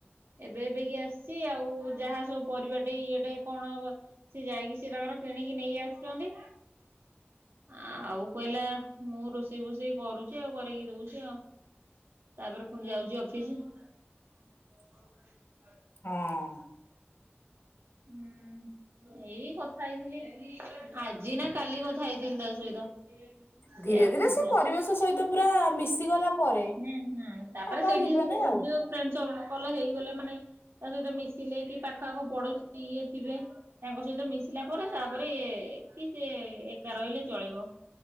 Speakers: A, on the right (about 70°); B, on the left (about 70°).
A: ଏବେ ଏବେ କି ଆସିଛି ଆଉ ଯାହା ସବୁ ପରିବା ଟେ ଇଏ ଟେ କଣ ସେ ଯାଇକି ସେ ତାଙ୍କର କିଣିକି ନେଇ ଆସୁଛନ୍ତି। ଆଉ କହିଲା ମୁଁ ରୋଷେଇ ଫୋଷେଇ କରୁଛି ଆଉ କରିକି ଦଉଛି ଆଉ। ତାପରେ ପୁଣି ଯାଉଛି ଅଫିସ। <unintelligible>
B: ହଁ।
A: ହୁଁ। ଏଇ କଥା ହେଇଥିଲି ଆଜି ନା କାଲି କଥା ହେଇଥିଲି ତା ସହିତ। ସେ
B: ଧୀରେ
A: ଆଉ
B: ଧୀରେ
A: କହୁଥିଲା
B: ପରିବେଶ ସହିତ ପୁରା ମିଶିଗଲା ପରେ
A: ହୁଁ ହୁଁ ତାପରେ
B: ବାପା
A: ସେଇଠି
B: ଆଉ ଯିବେନି ଆଉ।
A: ଯୋଉ ଫ୍ରେଣ୍ଡ ସର୍କଲ ହେଇଗଲେ ମାନେ ତା ସହିତ ମିଶିଲେ କି ପାଖଆଖ ପଡୋଶୀ ଇଏ ଥିବେ। ତାଙ୍କ ସହିତ ମିଶିଲା ପରେ ତାପରେ କି ସେ ଏକା ରହିଲେ ଚଳିବ।